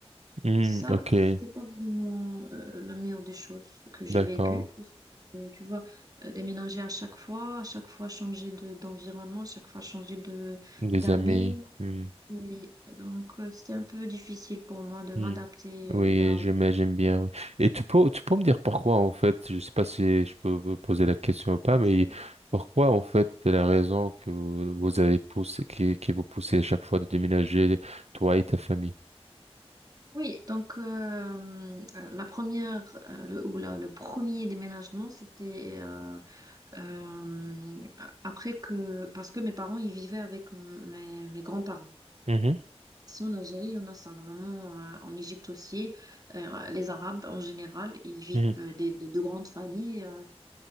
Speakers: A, on the right; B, on the right.
A: Hmm,
B: ça,
A: ok,
B: c'était pas vraiment euh, la meilleure des choses que j'ai
A: d'accord.
B: vécues. parce que, euh, tu vois, euh, déménager à chaque fois, à chaque fois changer de d'environnement, à chaque fois changer de
A: Des
B: d'amis.
A: amis. mmh.
B: Oui, donc euh, c'était un peu difficile pour moi de m'adapter
A: Hmm. Oui,
B: euh, là
A: j'aime,
B: où.
A: j'aime bien. oui. Et tu peux, tu peux me dire pourquoi, en fait, je sais pas si je peux vous poser la question ou pas,
B: Bien
A: mais
B: sûr.
A: pourquoi, en fait, la raison que vous vous avez poussé, qui, qui vous poussez à chaque fois de déménager, toi et ta famille?
B: Oui, donc euh, euh, la première euh, le, ou la- le premier déménagement, c'était euh, euh, après que parce que mes parents ils vivaient avec m- mes, mes grands-parents.
A: Mhm,
B: Ici en Algérie, on a ça normalement euh, en Égypte aussi. euh, les Arabes en général, ils vivent
A: mhm,
B: euh, des, des- de grandes familles. euh,